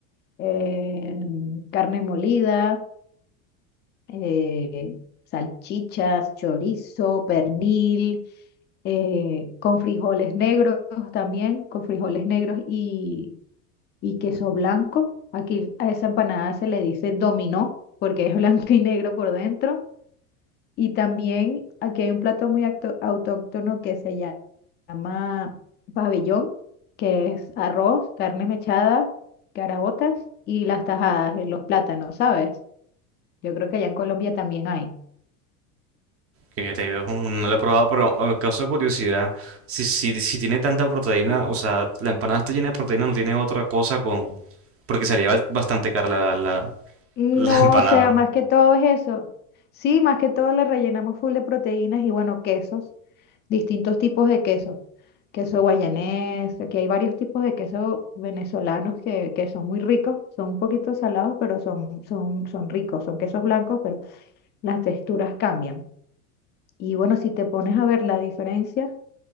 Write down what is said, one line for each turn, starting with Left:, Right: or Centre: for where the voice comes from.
Left: em, carne molida, eh, salchichas, chorizo, pernil, eh, con frijoles negros también, con frijoles negros y, y queso blanco. Aquí a esa empanada se le dice dominó porque es blanco y negro por dentro. Y también aquí hay un plato muy acto- autóctono que se lla- llama pabellón, que es arroz, carne mechada, caraotas y las tajadas, y los plátanos, ¿sabes? Yo creo que allá en Colombia también hay.
Right: que te digo, no la he probado, pero eh, causa curiosidad. Si, si, si tiene tanta proteína, o sea, la empanada está llena de proteína, no tiene otra cosa con... Porque salía bal- bastante cara la, la,
Left: No,
Right: la empanada.
Left: o sea, más que todo es eso. Sí, más que todo le rellenamos full de proteínas y bueno, quesos, distintos tipos de quesos. Queso guayanés, aquí hay varios tipos de queso venezolanos que, que son muy ricos, son un poquito salados, pero son, son, son ricos, son quesos blancos, pero las texturas cambian. Y bueno, si te pones a ver la diferencia,